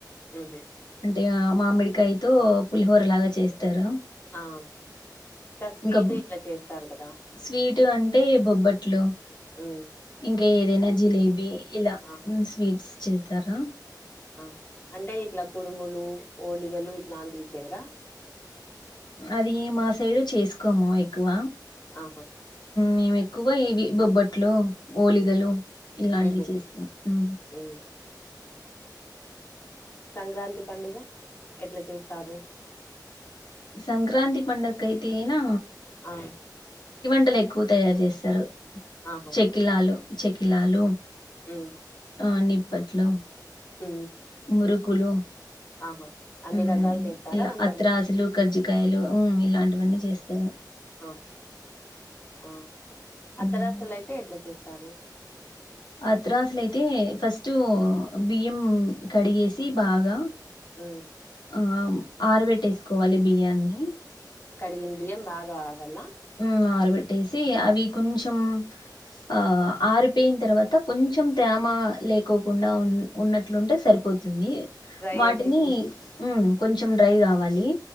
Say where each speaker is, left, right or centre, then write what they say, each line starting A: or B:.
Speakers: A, on the left; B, on the left.
A: హుహు.
B: అంటే ఆ మామిడికాయతో పులిహోర లాగా చేస్తారు.
A: ఆ స్వీట్
B: ఇంకా
A: ఇట్లా చేస్తారు కదా!
B: స్వీట్ అంటే బొబ్బట్లు
A: హ్మ్.
B: ఇంకా ఏదైనా జిలేబీ ఇలా
A: ఆ!
B: స్వీట్స్ చేస్తారా
A: ఆ అంటే ఇట్లా కుడుములు ఓలిగలు ఇట్లాంటివి చేయరా
B: అది మా సైడు చేసుకోము ఎక్కువ
A: ఆహా
B: మేము ఎక్కువ ఇవి బొబ్బట్లో ఒలిగలు
A: ఉమ్
B: ఇలాంటివి
A: ఉహు
B: చేస్తాం ఉ
A: ఉమ్ సంక్రాంతి పండుగ ఎట్ల చేస్తారు.
B: సంక్రాంతి పండకైతేనా
A: ఆ
B: టలేక్కువ తయారు చేస్తారు.
A: ఆహా
B: చెక్కిలాలు చెక్కిలాలు
A: ఉమ్
B: ఆ ని నిప్పట్లు
A: ఊ
B: మురుకులు
A: ఆహా అన్ని
B: ఊ
A: రకాలు చేస్తారా
B: ఇలా
A: వంటలు
B: అత్రాసులు కర్జికాయలు ఊ ఇలాంటివన్నీ చేస్ స్సరు.
A: ఆహా ఆ అత్తరాసులు
B: మ్మ్
A: అయితే ఎట్లా చేస్ స్తారు.
B: అత్రసూలయితే ఫస్ట్ బియ్యం కడిగేసి సి బాగా
A: అ
B: ఆ ఆరబెట్టేసుకోవాలి బియ్యాన్ని
A: కడిగిన బియ్యం బాగా ఆరల్ల
B: ఆ ఆరబెట్టేసి అవి కొంచెం ఆ ఆరిపోయిన తర్వాత కొంచెం తేమ లేకోకుండా ఉ ఉన్నట్లుంటే సరిపోతు తుంది
A: డ్రై
B: వాటిని
A: అయితే
B: ఉ కొంచెం డ్రై కావాలి.